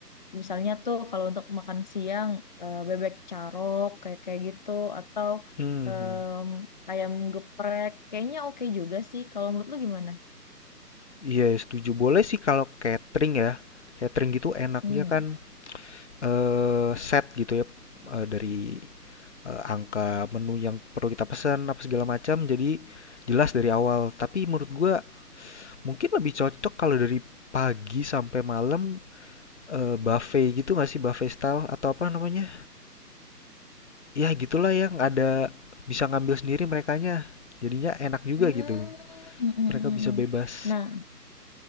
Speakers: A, on the left; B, on the left.
A: misalnya tuh kalau untuk makan siang eh, bebek carok kayak kayak gitu atau
B: Hmm,
A: em, ayam geprek kayaknya oke juga sih. Kalau menurut lu gimana?
B: iya setuju. Boleh sih kalau catering ya. Catering gitu enaknya
A: Hmm.
B: kan eh, set gitu ya eh, dari eh, angka menu yang perlu kita pesan apa segala macam. Jadi jelas dari awal. Tapi menurut gua mungkin lebih cocok kalau dari pagi sampai malam eh, buffet gitu nggak sih buffet style atau apa namanya? ya gitulah yang ada bisa ngambil sendiri merekanya jadinya enak juga
A: Hmm,
B: gitu
A: hmm, hmm,
B: mereka bisa
A: hmm.
B: bebas
A: Nah,